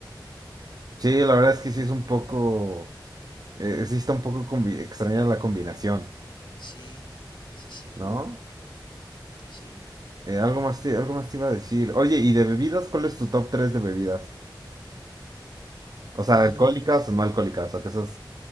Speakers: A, on the right (about 55°); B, on the left (about 80°).
A: Sí, la verdad es que sí es un poco. Eh, eh, sí está un poco combi- extraña la combinación,
B: Sí, sí, sí,
A: ¿no?
B: sí.
A: Eh, algo más te, algo más te iba a decir. Oye, ¿y de bebidas? ¿Cuál es tu top 3 de bebidas? O sea,
B: Mm,
A: alcohólicas o no alcohólicas, lo que esas,